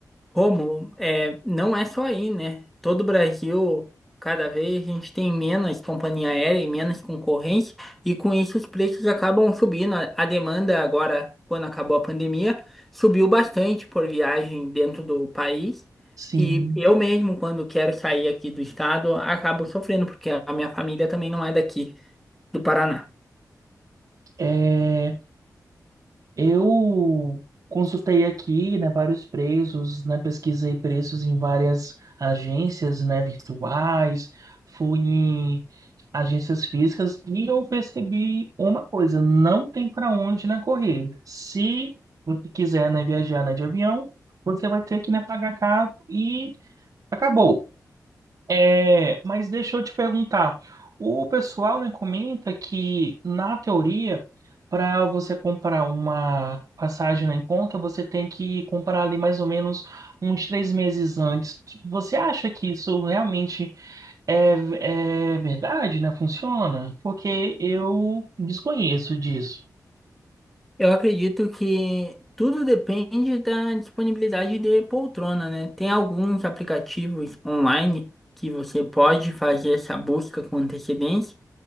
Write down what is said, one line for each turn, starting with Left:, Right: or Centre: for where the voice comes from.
Centre: Rômulo, é, não é só aí, né? Todo o Brasil, cada vez a gente tem menos companhia aérea e menos concorrência, e com isso os preços acabam subindo. A a demanda agora, quando acabou a pandemia, subiu bastante por viagem dentro do país.
Right: Sim,
Centre: E eu mesmo, quando quero sair aqui do estado, acabo sofrendo, porque a minha família também não é daqui, do Paraná.
Right: é, Eu consultei aqui, né, vários preços, né, pesquisei preços em várias agências, né, virtuais, fui em agências físicas e eu percebi uma coisa, não tem para onde, né, correr. Se você quiser, né, viajar, né, de avião, você vai ter que, né, pagar caro e acabou. É, mas deixa eu te perguntar. O pessoal, né, comenta que, na teoria, para você comprar uma passagem né, em conta, você tem que comprar ali mais ou menos uns três meses antes. Você acha que isso realmente é, é verdade, né? Funciona? Porque eu desconheço disso.
Centre: Eu acredito que tudo depende da disponibilidade de poltrona, né? Tem alguns aplicativos online que você pode fazer essa busca com antecedência.